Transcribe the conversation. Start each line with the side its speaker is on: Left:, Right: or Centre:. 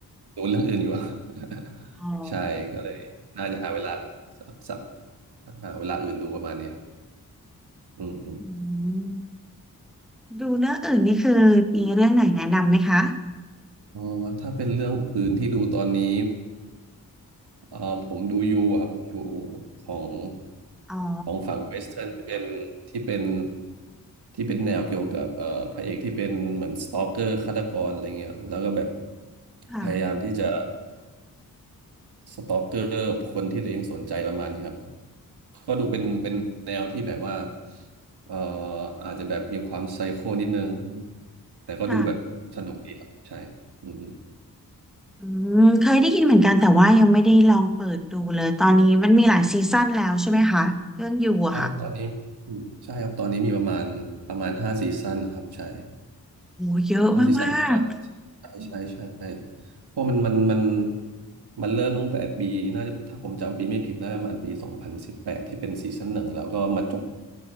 Right: ดูเรื่องอื่นอยู่อะ <laughs>
Centre: อ๋อ
Right: ใช่ก็เลยน่าจะหาเวลาสักสักหาเวลาอื่นดูประมาณนี้ครับอืมอืม
Centre: อืมดูเรื่องอื่นนี่คือมีเรื่องไหนแนะนำไหมคะ
Right: อ๋อถ้าเป็นเรื่องอื่นที่ดูตอนนี้เอ่อผมดูยูอะครับยูของ
Centre: อ๋อ
Right: ของฝั่งเวสเทิร์นที่เป็นที่เป็นที่เป็นแนวเกี่ยวกับเอ่อพระเอกที่เป็นเหมือนสตอกเกอร์ฆาตกรอะไรเงี้ยแล้วก็แบบ
Centre: ค่ะ
Right: พยายามที่จะ สตอกเกอร์คนที่ตัวเองสนใจประมาณนี้ครับก็ดูเป็นเป็นแนวที่แบบว่าเอ่ออาจจะแบบมีความไซโคนิดนึงแต่ก็ดูแบบสนุกดีครับใช่อือฮึ
Centre: ค่ะอืมเคยได้ยินเหมือนกันแต่ว่ายังไม่ได้ลองเปิดดูเลย ตอนนี้มันมีหลายซีซั่นแล้วใช่ไหมคะ เรื่องอยู่อะค่ะ
Right: ใช่ครับตอนนี้อืมใช่ครับตอนนี้มีประมาณประมาณห้าซีซั่นครับใช่
Centre: โอ้เยอะมาก
Right: ห้าซีซั่นเป็นอาร์ใช่ใช่ใช่เพราะมันมันมันมันเริ่มตั้งแต่ปีน่าจะถ้าผมจำปีไม่ผิดน่าจะประมาณปีสองพันสิบแปดที่เป็นซีซั่นหนึ่งแล้วก็มาจบ